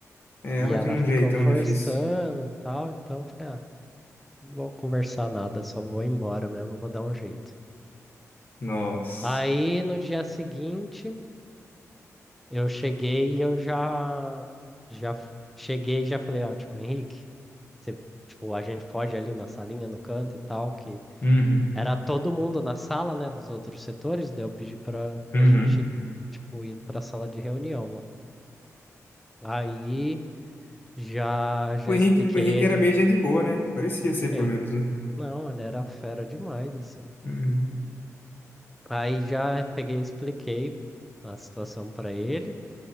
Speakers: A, on the left; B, in the centre.
A: É, ela
B: E ela
A: tinha um
B: ficou
A: jeitão
B: forçando
A: difícil.
B: e tal, então eu falei, ah, não vou conversar nada, só vou embora mesmo, vou dar um jeito.
A: Nossa.
B: Aí no dia seguinte, eu cheguei e eu já. Já f- cheguei e já falei, ó, tipo, Henrique, você, tipo, a gente pode ir ali na salinha, no canto e tal, que
A: Uhum.
B: Era todo mundo na sala, né, dos outros setores, daí eu pedi pra, pra
A: Uhum.
B: gente, tipo, ir pra sala de reunião lá. Aí já, já
A: O Henrique,
B: expliquei
A: o Henrique
B: ele.
A: era bem gente boa, né? Parecia ser,
B: Sim,
A: pelo menos, né?
B: não, ele era fera demais, assim.
A: Uhum.
B: Aí já peguei e expliquei a situação pra ele.